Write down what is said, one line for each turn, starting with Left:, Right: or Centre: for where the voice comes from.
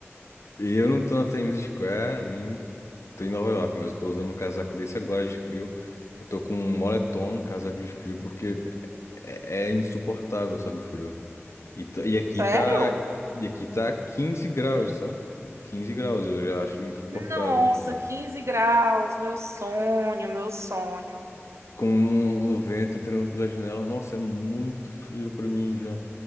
Left: E eu não tô na Times Square, nem tô em Nova York, mas eu tô usando um casaco desse agora de frio. Eu tô com um moletom, casaco de frio, porque é, é insuportável, sabe, o frio. E, tá- e aqui
Right: Sério?
Left: tá, e aqui tá 15 graus, sabe? quinze graus, eu já acho insuportável
Right: Nossa,
Left: de frio.
Right: 15 graus, meu sonho, meu sonho.
Left: Com o vento entrando pela janela, nossa, é muito frio pra mim já.